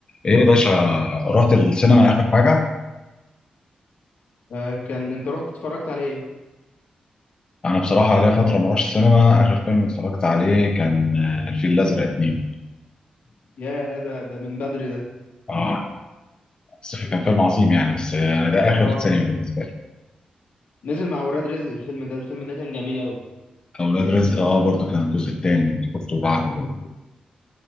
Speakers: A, on the left; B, on the left.
A: ايه يا باشا رحت السينما اخر حاجه
B: آه، كان انت رحت اتفرجت على ايه
A: انا بصراحه ليا فتره ما رحتش السينما اخر فيلم اتفرجت عليه كان آه، الفيل الازرق اتنين
B: يا ده ده من بدري ده
A: اه بس كان فيلم عظيم يعني بس آه، انا ده اخر
B: اه
A: سينما بالنسبه لي
B: نزل مع ولاد رزق الفيلم ده الفيلم ده كان جميل قوي
A: اولاد رزق اه برضو كان الجزء الثاني شفته بعد ال-